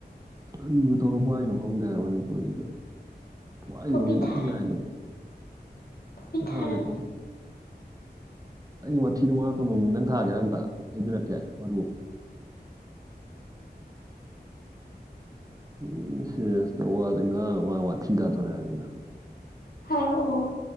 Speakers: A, on the right; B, on the left.
A: ꯀꯔꯤꯕꯨ ꯇꯧꯔ ꯄꯥꯏꯅꯣ ꯈꯪꯗꯦ ꯃꯅꯤꯄꯨꯔꯁꯤꯗ ꯋꯥꯏꯕꯁ
B: ꯀꯣꯕꯤ
A: ꯃꯌꯥꯝ
B: ꯊꯥꯔꯒ
A: ꯌꯥꯏꯗ
B: ꯀꯣꯕꯤ
A: ꯄꯥꯏꯁꯥꯁꯦꯀꯣ
B: ꯊꯥꯔꯒ
A: ꯋꯥꯊꯤꯗꯣ ꯉꯥꯡꯉꯛꯅꯣꯅꯤ ꯅꯪ ꯊꯥꯒꯦ ꯑꯝꯇ ꯑꯩ ꯄꯤꯔꯛꯀꯦ ꯃꯔꯨ꯫ ꯃꯤꯅ ꯁꯦꯔꯦꯁꯇ ꯋꯥꯁꯦ ꯉꯥꯡꯉ ꯃꯥ ꯋꯥꯊꯤ ꯇꯥꯊꯣꯔꯛꯑꯦ ꯍꯥꯏꯕꯅꯤꯗ ꯫
B: ꯍꯥꯏꯔꯛꯑꯣ